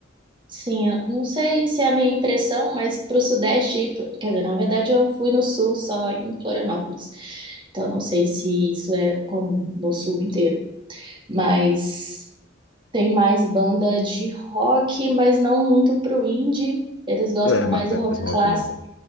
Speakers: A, on the right; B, on the left.
A: Sim, eu não sei se é a minha impressão, mas para o Sudeste, ir pro- quer dizer, na verdade eu fui no Sul só em Florianópolis, então não sei se isso é comum no Sul inteiro, mas tem mais banda de rock, mas não muito pro indie, eles gostam
B: É
A: mais
B: mais
A: do rock
B: rock
A: clássico,
B: mesmo.